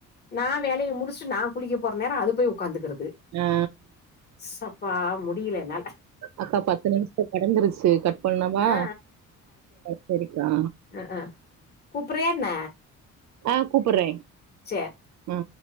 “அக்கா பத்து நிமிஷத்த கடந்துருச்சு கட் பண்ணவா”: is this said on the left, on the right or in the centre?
Right